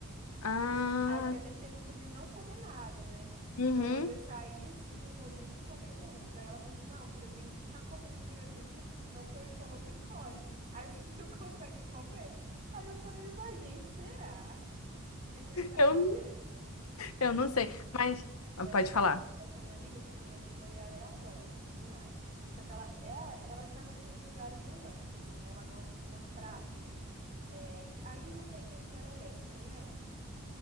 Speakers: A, on the left; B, on the right.
A: Ah,
B: Aí que a gente tem o costume de não comer nada, né?
A: uhum.
B: Pra poder sair assim no rodízio e comer muito. Daí ela falou assim: não, você tem que ficar comendo durante o dia, porque senão o seu estômago encolhe. Aí você <laughs> não consegue comer. Aí eu falei, mas gente, será? Fiquei com isso na
A: Eu,
B: cabeça.
A: eu
B: E
A: não sei, mas ah,
B: E Essa
A: pode
B: minha,
A: falar.
B: ami- essa minha amiga também é de rolê aleatório, assim, do nada. Só que ela, ela, ela já vai para uns lugares melhores. Tipo assim, ela gosta de ir pra uma praça, de. é, que, aí não tem o tereré, você conhece?